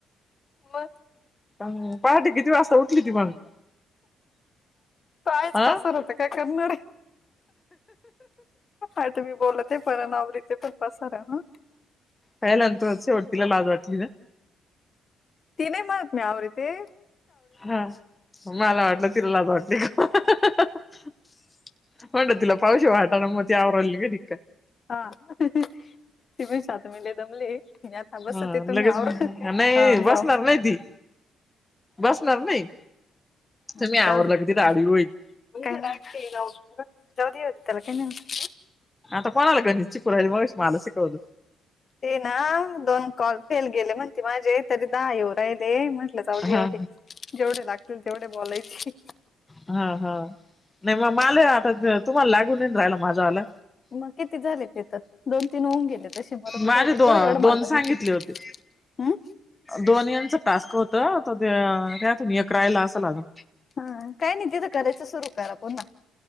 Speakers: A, on the left; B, on the left.
A: मग
B: अम पहाटे किती वाजता उठली ती मग?
A: तईच
B: हा
A: पसार हत काय करणारे. आ तुम्ही बोलत आहे पर आवरीते पण पसारा हा
B: कयला अंतो शेवट तीला ला लाज वाटलीे ना?
A: तीने माक मी आवरिते.
B: हा मला वाटलं तिला लाज वाटली का? <unintelligible> वांट तिला पावश वाटाना म ती अवराली ग काय?
A: हा तो पण शांत मी लाई दमले मी आता बसते
B: हा
A: तुम्ही
B: लगेच
A: आवरा
B: नाही
A: हा पाव
B: बसणार नाही ती बसणार नाही. तुम्ही
A: ह
B: आवरलं
A: जाऊद्या
B: की तिला आडवी होईल
A: काई नाई होत. जाऊद्या त्या ला काय नाई होत.
B: आता कोणाला ग चीकु राहिली मगश मला शिकवलं
A: ते ना दोन कॉल फेल गेले म्हणते माझे तरी दहा येऊ राहिले म्हटले म्हटल जाऊ दे येऊ
B: हा
A: दे मला जेवढे लागतील तेवढे बोलायचे.
B: हा हा नाही मग माले आता तुम्हाला लागून येईन राहिला माझावाला
A: मग किती झाले त तेथं दोन तीन होऊन गेले तसे म तथ
B: माझे
A: एडं
B: दो
A: एड
B: दोन
A: मानवा घेतली
B: सांगितले होते
A: हम्.
B: दोन याचं टास्क होत आता त्या त्यातन एक राहिला असाल अजून.
A: हा काही नाही तिथं करायचं सुरू करा पुन्हा.